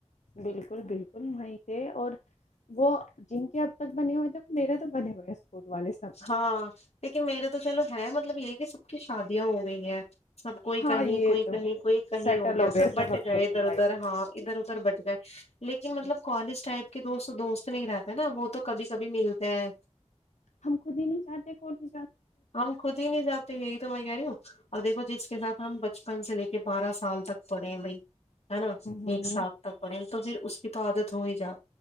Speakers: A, on the left; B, on the left.
A: بالکل بالکل وہیں تھے اور وہ جن کے اب تک بنے ہوئے تھے وہ میرے تو بنے ہوئے والے سب
B: ہاں لیکن میرے تو چلو ہے م مطلب یہ کہ سب کی شادیاں ہو گئی ہیں سب کوئی
A: ہاں
B: کہیں
A: یہ
B: کوئی
A: تو
B: کہیں
A: ہے
B: کوئی کہیں
A: سیٹل
B: ہو گیا
A: گئے
B: سب بٹ
A: اپنی
B: گئے
A: اپنی
B: ادھر
A: لائف
B: ادھر ہاں ادھر ادھر بٹ ج لیکن
A: میں
B: مطلب کالج ٹائپ کہ دوست دوست نہیں رہتا نا وہ تو کبھی کبھی ملتے ہیں
A: ہم خود ہی نہیں چاہتے کوئی بھی
B: ہم خود ہی نہیں جاتے یہی تو میں کہہ رہی ہوں اور دیکو جس کے ساتھ ہم بچپن سے لے کے بارہ سال تک پڑے ہیں بھائی ہے نا
A: ہوں
B: ایک ساتھ تک پڑل تو پھر اس کی تو آادت ہو ہی جا